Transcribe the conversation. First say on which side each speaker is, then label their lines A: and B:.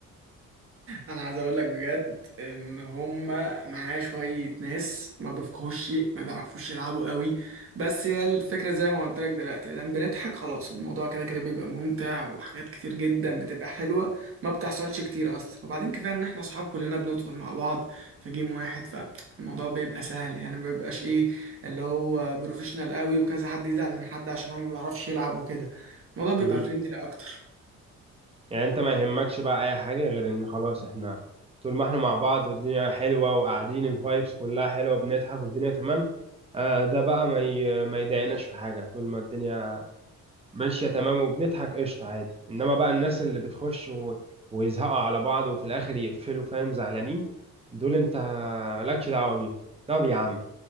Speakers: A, on the right; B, on the right.
A: انا عايز اقول لك بجد ان هما معاه شويه ناس ما بيفقهوش شيء ما بيعرفوش يلعبوا قوي بس هي الفكره زي ما قلت لك دلوقتي دام بنضحك خلاص الموضوع كده كده بيبقى ممتع وحاجات كتير جدا بتبقى حلوه ما بتحصلش كتير اصلا وبعدين كفايه ان احنا اصحاب كلنا بندخل مع بعض في جيم واحد فالموضوع بيبقى سهل يعني ما بيبقاش ايه اللي هو بروفيشنال قوي وكذا حد يزعل من حد عشان هو ما بيعرفش يلعب وكده الموضوع بيبقى
B: مهم.
A: فريندلي اكتر
B: يعني انت ما يهمكش بقى اي حاجه غير ان خلاص احنا طول ما احنا مع بعض والدنيا حلوه وقاعدين الفايبس كلها حلوه بنضحك والدنيا تمام آه ده بقى ما ي... ما يضايقناش في حاجه طول ما الدنيا ماشيه تمام وبنضحك قشطه عادي انما بقى الناس اللي بتخش و... ويزهقوا على بعض وفي الاخر يقفلوا فاهم زعلانين دول انت مالكش دعوه بيهم طب يا عم